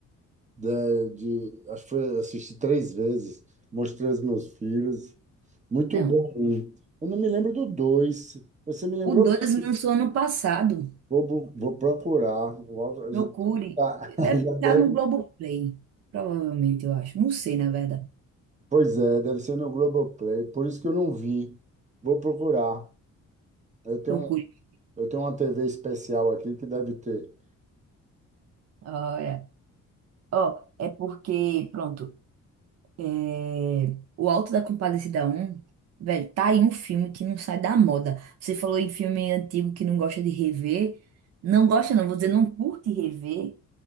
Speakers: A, on the right (about 25°); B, on the right (about 55°).
A: de, de- acho que foi, assisti três vezes, mostrei aos meus filhos, muito
B: Não.
A: bom. um. Eu não me lembro do dois. Você me lembrou
B: O 2
A: bem.
B: lançou ano passado.
A: Vou, bu- vou procurar. O Aldo-
B: Procure.
A: Já deve tá- <laughs>
B: Deve
A: já
B: estar
A: deve-
B: no Globoplay. Provavelmente, eu acho. Não sei, na verdade.
A: pois é, deve ser no Globoplay. Por isso que eu não vi. Vou procurar. Eu tenho,
B: Procure.
A: eu tenho uma TV especial aqui que deve ter.
B: Ah, é. Ó, é porque, pronto. É, O Alto da Compadecida um velho, tá aí um filme que não sai da moda. Você falou em filme antigo que não gosta de rever. Não gosta, não, vou dizer, não curte rever,